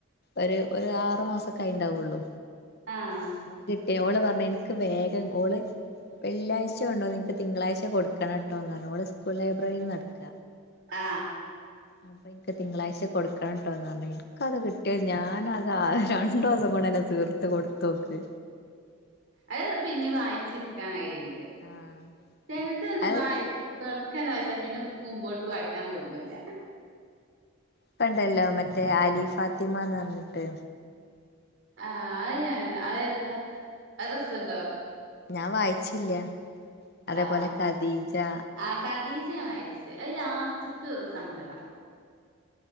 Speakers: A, on the left (about 50°); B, on the right (about 60°).
A: ഒര് ഒര് ആറ് മാസ ക്കായിണ്ടാവുള്ളു
B: ആഹ്
A: അത് കിട്ടിയ ഓള് പറഞ്ഞ് എനിക്ക് വേഗം ഓള് വെള്ളിയാഴ്ച കൊണ്ടോന്ന് ഇൻക് തിങ്കളാഴ്ച കൊടുക്കണട്ടോന്ന് പറഞ്ഞ്, ഓള് സ്കൂൾ ലൈബ്രറീന്നാ ഇട്ക്ക
B: ആ
A: അപ്പൊ ഇൻക്ക് തിങ്കളാഴ്ച കൊടുക്കണട്ടോന്ന് പറഞ്ഞ്, ഇൻക്കത് കിട്ടിയൊ ഞാനത് രണ്ട് ദിവസം കൊ ണ് തീർത്ത് കൊടുത്തോക്ക്.
B: അത് പിന്നിം വായിച്ചിരിക്കാൻ കയ്യ്ണ്ട്.
A: ആഹ്
B: ചെലതൊന്നു
A: അത്
B: വാ തൊടക്കന്നെ വായിച്ച പിന്നെ മുമ്പോട്ട് വായിക്കാൻ തോന്നൂല.
A: പ്പണ്ടല്ലോ മറ്റേ അലി ഫാത്തിമാന്നർഞ്ഞിട്ട്
B: ആ ആ അഏതാ ആ രസണ്ടോ?
A: ഞാൻ വായിച്ചീല്ല. അതേപോലെ
B: ആഹ്
A: ഖദീജാ
B: ആഹ് ഖദീജ ഞാൻ വായിച്ച്, അത് ലാസ്റ്റ്ക്ക് സങ്കടാ